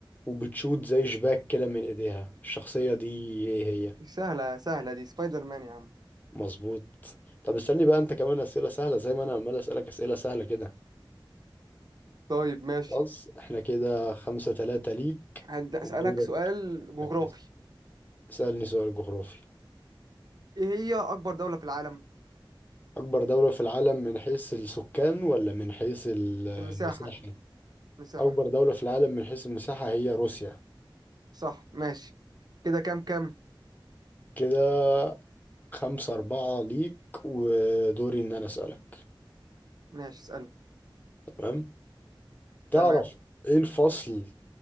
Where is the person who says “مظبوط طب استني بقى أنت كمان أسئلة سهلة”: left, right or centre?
Left